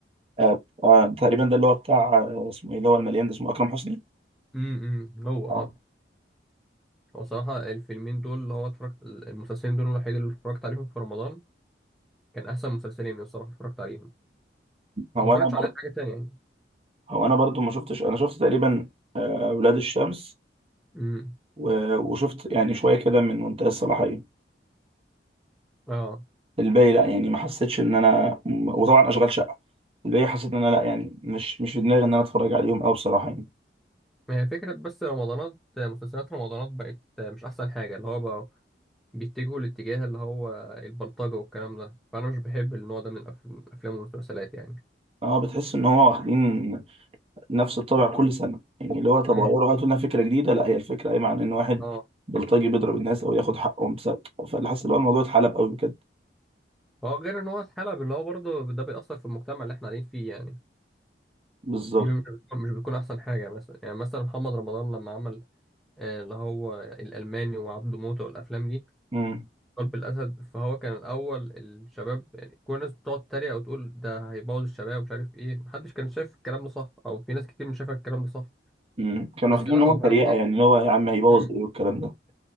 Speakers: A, on the right (about 35°); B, in the centre.
A: آه آه تقريبا ده اللي هو بتاع آه، اسمه ايه اللي هو المليان ده اسمه اكرم حسني
B: امم هو
A: اه
B: اه هو صراحة الفيلمين دول اللي هو اتفرجت المسلسلين دول الوحيد اللي اتفرجت عليهم في رمضان كان أحسن مسلسلين الصراحة اتفرجت عليهم
A: هو
B: ما اتفرجتش
A: انا برضه
B: على حاجة تانية يعني
A: هو انا برضه ما شفتش انا شفت تقريبا آه ولاد الشمس
B: امم
A: و- وشفت يعني شويه كده من منتهى الصلاحيه
B: اه
A: الباقي لا يعني ما حسيتش ان انا وطبعا اشغال شقه الباقي حسيت ان انا لا يعني مش مش في دماغي ان انا اتفرج عليهم قوي بصراحه يعني
B: ما هي فكرة بس رمضانات مسلسلات رمضانات بقت مش أحسن حاجة اللي هو بقى بيتجهوا لاتجاه اللي هو البلطجة والكلام ده فأنا مش بحب النوع ده من الأف- الأفلام والمسلسلات يعني
A: اه بتحس ان هو واخدين نفس الطابع كل سنه يعني اللي هو طب
B: امم
A: غيروا هاتوا لنا فكره جديده لا هي الفكره قايمه عن ان واحد
B: اه
A: بلطجي بيضرب الناس او ياخد حقهم بسبب فاللي حاسس ان هو الموضوع اتحلب قوي بجد
B: هو غير ان هو اتحلب اللي هو برضه ده بيأثر في المجتمع اللي احنا قاعدين فيه يعني
A: بالظبط
B: دي مش بتكون مش بتكون احسن حاجه يعني مثلا يعني مثلا محمد رمضان لما عمل آه، اللي هو الالماني وعبده موته والافلام دي
A: امم
B: قلب الاسد فهو كان الاول الشباب يعني كل الناس بتقعد تتريق وتقول ده هيبوظ الشباب ومش عارف ايه محدش كان شايف الكلام ده صح او في ناس كتير مش شايفه الكلام ده صح
A: امم كانوا
B: بس
A: واخدين
B: لا
A: ان هو
B: هو فعلا
A: تريقه
B: اصلا
A: يعني اللي هو يا عم هيبوظ
B: مم.
A: ايه والكلام ده